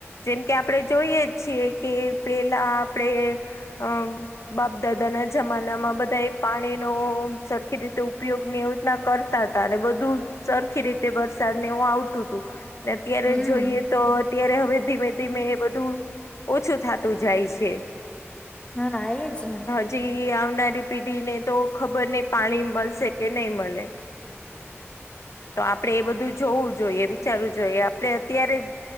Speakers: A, on the left; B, on the left.
A: જેમ કે આપણે જોઈએ છીએ કે પેલા આપણે અમ બાપ દાદા ના જમાનામાં બધા એ પાણીનો સરખી રીતે ઉપયોગ <unintelligible> તાતા અને બધું સરખી રીતે વરસાદ ને એવું આવતું ઉતું અત્યારે
B: હમ
A: જોઈએ તો અત્યારે હવે ધીમે ધીમે એ બધું ઓછું થતું જાય છે.
B: હા એજ ને
A: <unintelligible> આવનારી પીઢી ને તો ખબર નઈ પાણી મલશે કે નઈ મલે તો આપડળે એ બધું જોવું જોઈએ વિચારવું જોઈએ આપણે અત્યારે